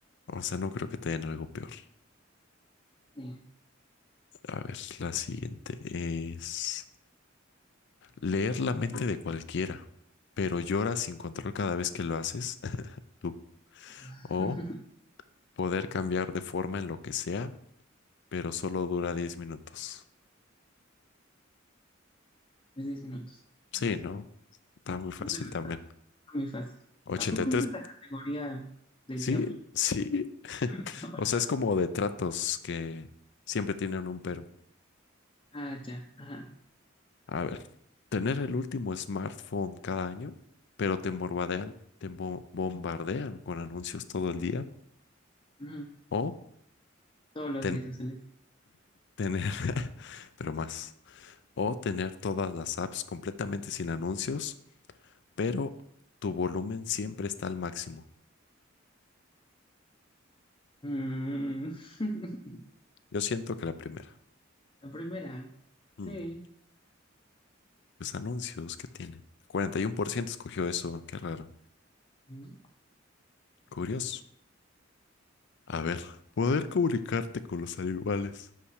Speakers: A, on the left; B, on the left.
A: O sea, no creo que te den algo peor.
B: Sí.
A: A ver, la siguiente es leer la mente de cualquiera, pero lloras sin control cada vez que lo haces. <laughs> Tú.
B: <laughs>
A: O poder cambiar de forma en lo que sea, pero solo dura 10 minutos.
B: Pues 10 minutos.
A: Sí,
B: Eso.
A: ¿no? Está muy fácil
B: Eso no
A: también.
B: está muy fácil.
A: Ochenta
B: ¿A poco
A: y tres.
B: esa es la categoría del
A: Sí,
B: diablo?
A: sí,
B: <laughs>
A: O sea, es como de tratos que siempre tienen un pero.
B: Ah, ya. Ajá.
A: A ver, tener el último smartphone cada año, pero te bombardean, te bo- bombardean con anuncios todo el día.
B: Ujú.
A: O
B: Todos los
A: ten-
B: días hacen eso.
A: tener, <laughs> pero más. O tener todas las apps completamente sin anuncios, pero tu volumen siempre está al máximo.
B: Mm. <laughs>
A: Yo siento que la primera.
B: La primera. Sí.
A: Mm, Los anuncios que tienen. 41% escogió eso, qué raro.
B: Mm.
A: Curioso. A ver, poder comunicarte con los animales,